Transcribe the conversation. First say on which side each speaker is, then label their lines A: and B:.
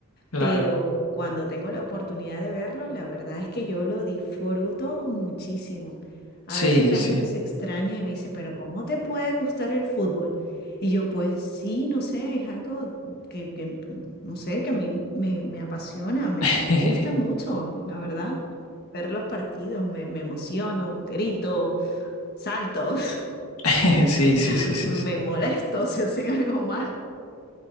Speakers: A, on the left (about 85°); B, on the left (about 50°).
A: claro.
B: pero cuando tengo la oportunidad de verlos, la verdad es que yo lo disfruto muchísimo. A
A: Sí,
B: veces la
A: sí.
B: gente se extraña y me dice, pero ¿cómo te puede gustar el fútbol? Y yo, pues sí, no sé, es algo que, que, no sé, que a mí me, me apasiona, me,
A: Sí,
B: me gusta mucho, la verdad. Ver los partidos, me, me emociono, grito, salto,
A: <laughs> sí, sí,
B: <laughs>
A: sí, sí.
B: me molesto si hacen algo mal.